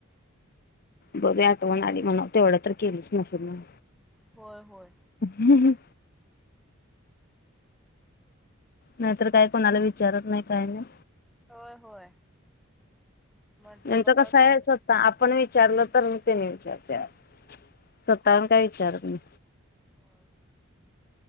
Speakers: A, on the left; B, in the centre.
A: बरी आठवन आली म्हणा तेवढं तर केलंच नसल मग-
B: होय होय.
A: हम्. नाहीतर काय कोणाला विचारत नाही काय नाही.
B: होय होय. म्हंटलं
A: त्यांच
B: बघाव
A: कसय
B: टाक
A: <unintelligible> आपण वि- विचारलं तर म तेनी विचारता, स्वतः काय विचारत नाही.
B: होय हो.